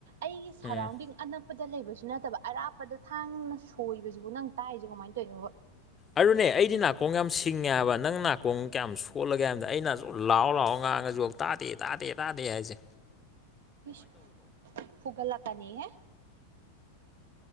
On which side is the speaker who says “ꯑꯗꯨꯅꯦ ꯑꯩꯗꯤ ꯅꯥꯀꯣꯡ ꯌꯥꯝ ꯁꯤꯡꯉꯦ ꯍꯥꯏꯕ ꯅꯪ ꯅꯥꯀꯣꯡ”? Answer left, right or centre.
Left